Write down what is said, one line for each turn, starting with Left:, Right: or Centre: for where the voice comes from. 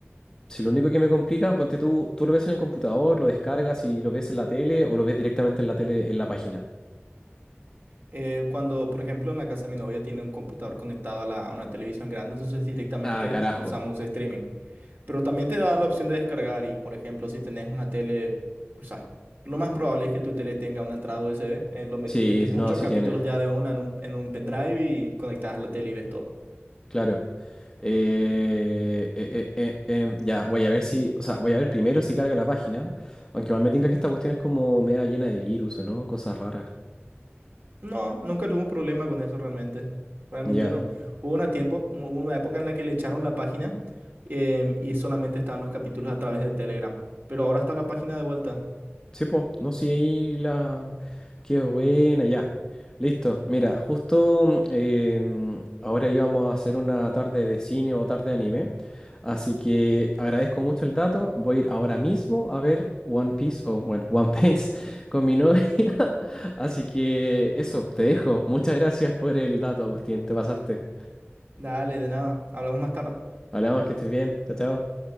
Left: Si lo único que me complica, ponte tú, tú lo ves en el computador, lo descargas y lo ves en la tele o lo ves directamente en la tele, en la página.
Right: Eh, cuando, por ejemplo, en la casa de mi novia tiene un computador conectado a, la- a una televisión grande, entonces directamente
Left: Ah, carajo.
Right: usamos streaming. Pero también te da la opción de descargar y, por ejemplo, si tenés una tele, o sea, lo más probable es que tu tele tenga una entrada USB, eh, lo met-
Left: Sí,
Right: metes muchos
Left: no, sí
Right: capítulos
Left: tiene,
Right: ya de una en un, en un pendrive y conectas a la tele y ves todo.
Left: claro. Eh, eh, eh, eh, em, ya, voy a ver si, o sea, voy a ver primero si carga la página, aunque igual me tinca que esta cuestión es como media llena de virus, ¿no? Cosas raras.
Right: No, nunca tuve un problema con eso realmente. Realmente
Left: Ya.
Right: no. Hubo una tiempo, hubo una época en la que le echaron la página em, y solamente estaban los capítulos a través de Telegram. Pero ahora está la página de vuelta.
Left: Sí, pues, no, sí, ahí la... Qué buena, ya. Listo. Mira, justo mm, em, ahora íbamos a hacer una tarde de cine o tarde de anime. Así que agradezco mucho el dato. Voy a ir ahora mismo a ver One Piece, o bueno, One Piece <laughs> con mi novia. <laughs> Así que eso, te dejo. Muchas gracias por el dato, Agustín. Te pasaste.
Right: Dale, de nada. Hablamos más tarde.
Left: Hablamos, que estés bien. Chao, chao.